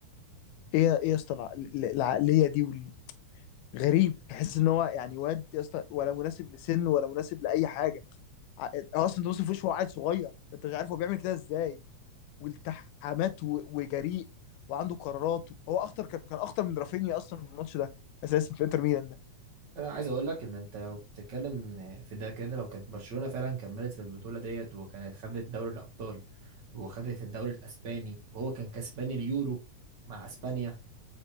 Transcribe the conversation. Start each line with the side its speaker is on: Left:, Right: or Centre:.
Left: ايه ايه يا اسطى الع- العقلية دي وال- غريب تحس ان هو يعني واد يا اسطى ولا مناسب لسنه ولا مناسب لاي حاجة ع- آه، اصلا توم وش هو عيل صغير انت مش عارف هو بيعمل كده ازاي والتحامات و- وجريء وعنده قرارات هو اخطر كان كان اخطر من رافينيا اصلا في الماتش ده اساسا في انتر ميلان ده
Right: انا عايز اقول لك ان انت لو بتتكلم في ده كده لو كانت برشلونه فعلا كملت في البطوله ديت وكانت خدت دوري الابطال وخدت الدوري الاسباني وهو كان كسبان اليورو مع اسبانيا